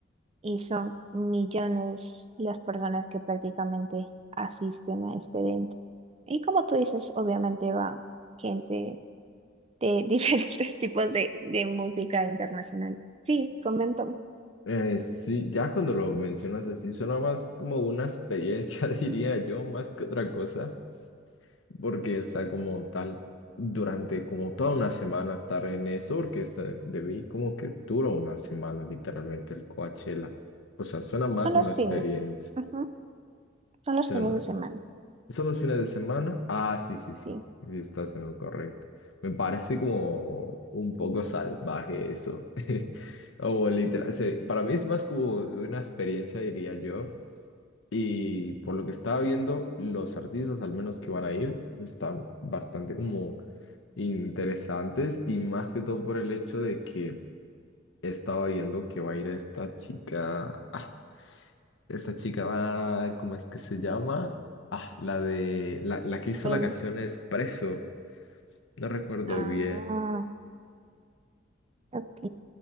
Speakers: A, on the right; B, on the left.
A: Y son millones las personas que prácticamente asisten a este evento. Y como tú dices, obviamente van gente de <laughs> diferentes tipos de, de música internacional. Sí, comento.
B: Eh, sí, ya cuando lo mencionas así, suena más como una experiencia, <laughs> diría yo, más que otra cosa. porque está como tal durante como toda una semana estar en eso, porque está- debí como que dura una semana literalmente el Coachella. O sea, suena más
A: Son los
B: una experiencia.
A: fines. Ujú, Son
B: Suena-
A: los fines de semana.
B: ¿Son los fines de semana? Ah, sí, sí, sí,
A: Sí.
B: sí, estás en lo correcto. Me parece como un poco salvaje eso. <laughs> O literal, se- para mí es más como una experiencia, diría yo. Y por lo que estaba viendo, los artistas, al menos que van a ir, están bastante como interesantes y más que todo por el hecho de que estaba viendo que va a ir esta chica, ah, esta chica va, ¿cómo es que se llama? Ah, la de, la, la que hizo
A: Ve-
B: la canción es Preso, no recuerdo
A: Ah,
B: bien.
A: Ok,